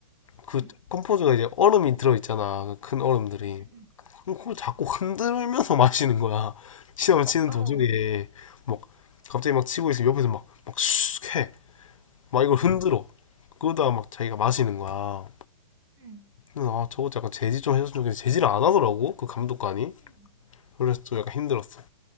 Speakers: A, on the left (about 70°); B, on the right (about 15°).
A: 그
B: 응,
A: 컴포즈가 이제 얼음이 들어 있잖아 큰 얼음들이
B: 응, 응,
A: 그럼 그걸 자꾸 흔들면서 <laughs> 마시는 거야 시험을 치는
B: 응.
A: 도중에
B: 어,
A: 막 갑자기 막 치고 있으면 옆에서 막막슉해막 이걸 흔들어
B: 응,
A: 그러다가 막 자기가 마시는 거야
B: 응,
A: 그래서 아 저거 약간 제지 좀 해줬으면 좋겠는데 제지를 안 하더라고 그 감독관이
B: 응,
A: 그래서 좀 약간 힘들었어